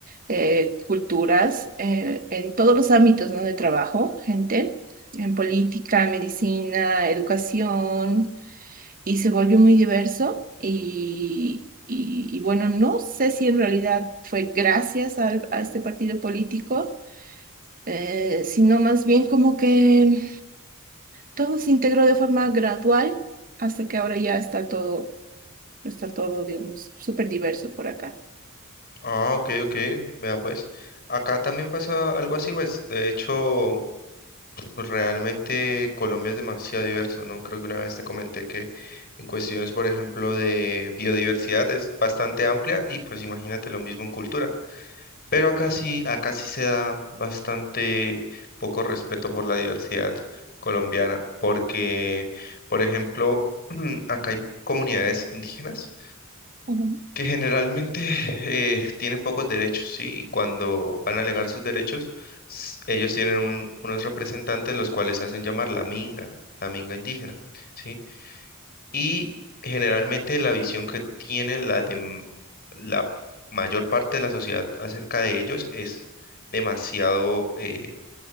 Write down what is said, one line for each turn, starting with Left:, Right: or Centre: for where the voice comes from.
Right: eh, culturas, eh, en todos los ámbitos, ¿no? de trabajo, gente, en política, medicina, educación, y se volvió muy diverso. Y, y- y bueno, no sé si en realidad fue gracias al- a este partido político, eh, sino más bien como que todo se integró de forma gradual hasta que ahora ya está todo, está todo, digamos, súper diverso por acá.
Left: Ah, ok, ok, vea pues. Acá también pasa algo así, pues. De hecho, pues, realmente Colombia es demasiado diverso, ¿no? Creo que una vez te comenté que en cuestiones, por ejemplo, de biodiversidad es bastante amplia y pues imagínate lo mismo en cultura. Pero acá sí, acá sí se da bastante poco respeto por la diversidad colombiana, porque, por ejemplo, <clears throat> acá hay comunidades indígenas
Right: Ujú.
Left: que generalmente eh, tienen pocos derechos, ¿sí? Y cuando van a alegar sus derechos, s- ellos tienen un- unos representantes los cuales se hacen llamar la minga, la minga indígena, ¿sí? Y generalmente la visión que tiene la de m- la mayor parte de la sociedad acerca de ellos es demasiado eh,